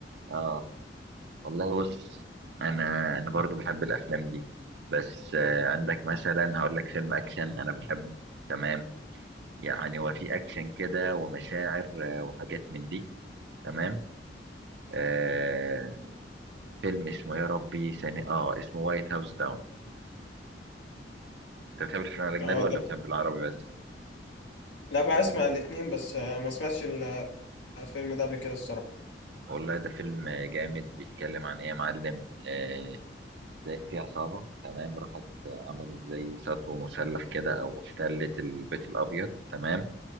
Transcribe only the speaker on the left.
اه
طب
لا بقى أسمع الاتنين بس آه، ما سمعتش ال- آه، الفيلم ده قبل كده الصراحة